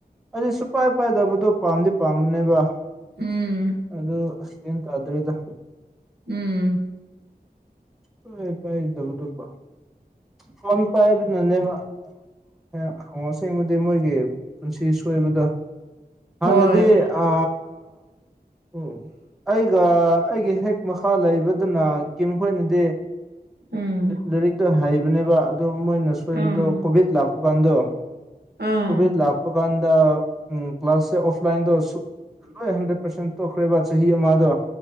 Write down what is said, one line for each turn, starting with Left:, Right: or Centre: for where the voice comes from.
Centre: ꯑꯗꯨ ꯁꯨꯄꯥꯏ ꯄꯥꯏꯗꯕꯗꯣ ꯄꯥꯝꯗꯤ ꯄꯥꯝꯕꯅꯦꯕ
Right: ꯎꯝ
Centre: ꯑꯗꯨꯗ ꯌꯦ ꯇꯥ꯭ꯔꯦꯗ
Right: ꯎꯝ
Centre: ꯄꯥꯏ ꯄꯥꯏꯕ ꯇꯣ ꯀ ꯐꯣꯟ ꯄꯥꯏ ꯅꯅꯦꯕ ꯍ ꯑꯁꯦꯡꯕꯨꯗꯤ ꯃꯣꯏꯒꯤ ꯄꯨꯟꯁꯤ ꯁꯣꯏꯕꯗ ꯍꯅꯗꯤꯦ
Right: ꯍꯣꯏ
Centre: ꯑ ꯎ ꯑꯩꯒ ꯑꯩꯒꯤ ꯍꯦꯛ ꯃꯈꯥ ꯂꯩꯕꯗꯨꯅ ꯀꯝꯣꯏꯅꯗꯤ
Right: ꯎꯝ
Centre: ꯂꯥꯏꯔꯤꯛꯇ ꯍꯩꯕꯅꯦꯕ ꯑꯗꯨꯣ ꯃꯣꯏꯅ ꯁꯣꯏꯕꯗꯣ
Right: ꯎꯝ
Centre: ꯀꯣꯚꯤꯠ ꯂꯥꯛꯄ ꯀꯥꯟꯗꯣ
Right: ꯎꯝ
Centre: ꯀꯨꯕꯗ ꯂꯥꯛꯥꯛꯄ ꯀꯥꯟꯗ ꯎꯝ ꯀ꯭ꯂꯥꯁꯁꯦ ꯑꯣꯐꯂꯥꯏꯟꯗꯣ ꯁ ꯂꯣꯏ ꯍꯟꯗ꯭ꯔꯦꯠ ꯄꯥꯔꯁꯦꯟ ꯇꯣꯛꯈ꯭ꯔꯦꯕ ꯆꯍꯤ ꯑꯃꯗꯣ